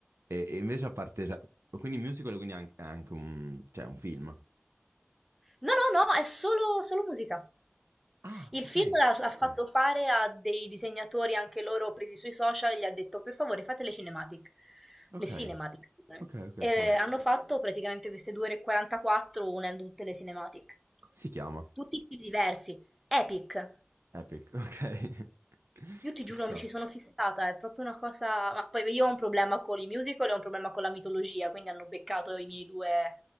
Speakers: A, on the right; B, in the centre.
A: E, e invece a parte... cioè, quindi musical, quindi an- è anche un, cioè, un film.
B: No, no, no, è solo solo musica.
A: Ah,
B: Il
A: ok,
B: film l'ha l'ha
A: ok.
B: fatto fare a dei disegnatori anche loro presi sui social, gli ha detto: "Per favore, fate le cinematic".
A: Ok,
B: Le cinematic, scusami.
A: ok, ok,
B: E
A: ok.
B: hanno fatto praticamente queste 2 ore e 44 unendo tutte le cinematic.
A: Come si chiama?
B: Tutti stili diversi. Epic.
A: Epic, ok. <laughs>
B: Io ti
A: Ci
B: giuro,
A: sta.
B: mi ci sono fissata, è proprio una cosa ma poi io ho un problema con i musical e ho un problema con la mitologia, quindi hanno beccato i miei 2